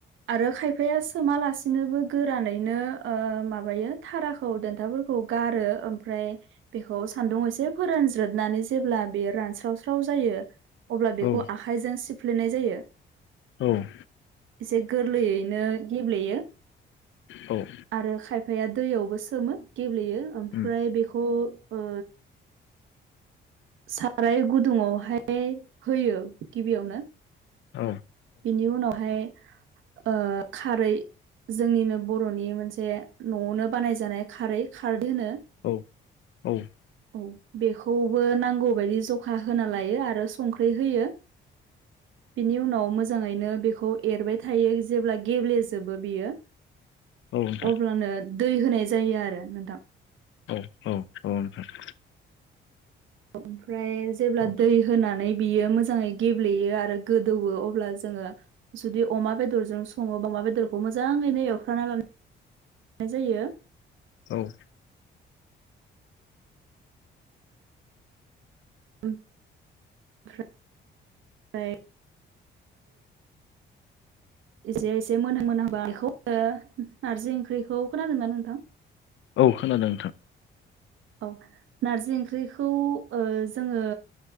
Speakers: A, on the right (about 75°); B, on the left (about 75°).
A: आरो खायफाया सोमालासिनोबो गोरानैनो माबायो थाराखौ देन्थाफोरखौ गारो ओमफ्राय बेखौ सान्दुं एसे फोरानज्रोबनानै जेब्ला बेयो रानस्रावस्राव जायो। अब्ला बेखौ
B: औ
A: आखाइजों सिफ्लेनाय जायो।
B: औव
A: एसे गोरलैयैनो गेब्लेयो।
B: औव
A: आरो खायफाया दैयावबो सोमो गेब्लेयो ओमफ्राय
B: उम
A: बेखौ ओ साराय गुदुंङावहाय होयो गिबियावनो
B: औ।
A: बिनि उनावहाय ओ खारै जोंनिनो बर'नि मोनसे न'आवनो बानायजानाय खारै खारदै होनो।
B: औ औ-
A: औ बेखौबो नां- गौ बायदि जखा होना लायो आरो संख्रि होयो। बिनि उनाव मोजांङैनो बेखौ एरबाय थायो जेब्ला गेब्लेजोबो बियो
B: नोंथां
A: अब्लानो दै होनाय जायो। आरो नोंथां।
B: औ औ औ नोंथां?
A: ओमफ्राय जेब्ला
B: औ
A: दै। होनानै बियो मोजांङै गेब्लेयो आरो गोदौवो अब्ला जोंङो जुदि अमा बेदरजों संङो बा अमा बेदरखौ मोजांङैनो एवफ्राना ला- नाय जायो।
B: औव
A: ओमफ्राय एसे एसे मोनहां मोनहांबा बेखौ नारजि ओंख्रिखौ खोनादोंना नोंथां?
B: औ खोनादों नोंथां
A: औ नारजि ओंख्रिखौ ओ जोङो